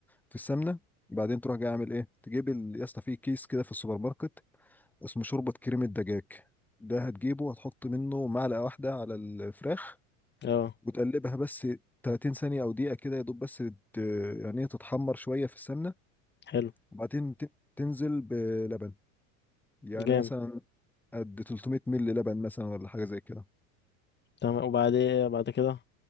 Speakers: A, in the centre; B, on the left.
A: في السمنة بعدين تروح جاي عامل ايه تجيب ال- يا اسطى في كيس كده في السوبر ماركت اسمه شوربة كريمة دجاج ده هتجيبه وهتحط منه معلقة واحدة على الفراخ
B: اه
A: وتقلبها بس 30 ثانية أو دقيقة كده يا دوب بس ت- يعني إيه تتحمر شوية في السمنة
B: حلو
A: وبعدين ت- تنزل بلبن يعني
B: جامد
A: مثلا قد 300 مل لبن مثلا ولا حاجة زي كده
B: تمام وبعدين بعد كده